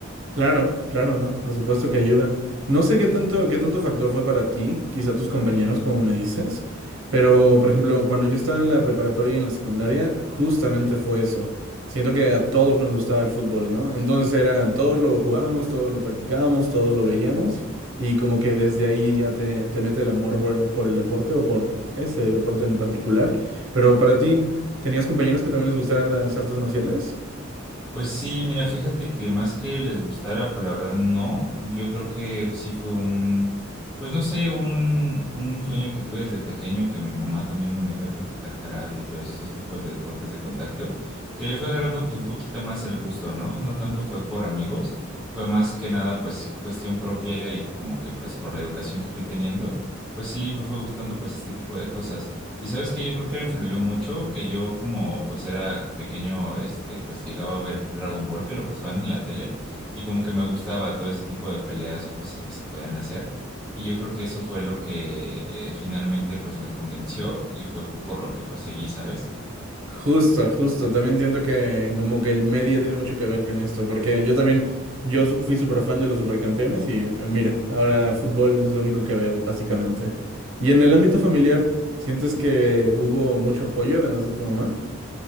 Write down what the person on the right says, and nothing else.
Claro, claro, ¿no? Por supuesto que ayuda. No sé qué tanto, qué tanto factor fue para ti, quizá tus compañeros, como me dices, pero por ejemplo, cuando yo estaba en la preparatoria y en la secundaria, justamente fue eso. Siento que a todos nos gustaba el fútbol, ¿no? Entonces era, todos lo jugábamos, todos lo practicábamos, todos lo veíamos, y como que desde ahí ya te, te mete el amor por, por el deporte o por ese deporte en particular. Pero para ti, ¿tenías compañeros que también les gustaran las artes marciales?
Justo, justo. También siento que como que el media tiene mucho que ver con esto, porque yo también, yo su- fui súper fan de los supercampeones y eh, mira, ahora fútbol es lo único que veo, básicamente. Y en el ámbito familiar, ¿sientes que hubo mucho apoyo además de tu mamá?